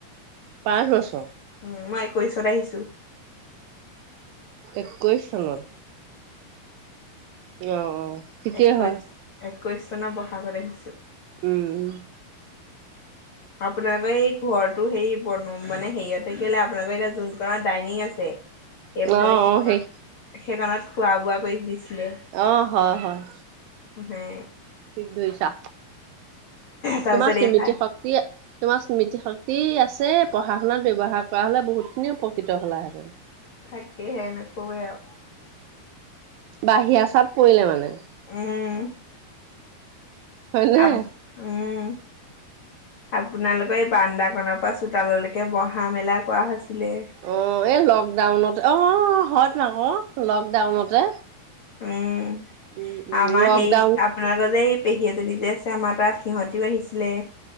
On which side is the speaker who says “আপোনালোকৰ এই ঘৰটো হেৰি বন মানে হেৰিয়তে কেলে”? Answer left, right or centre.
Left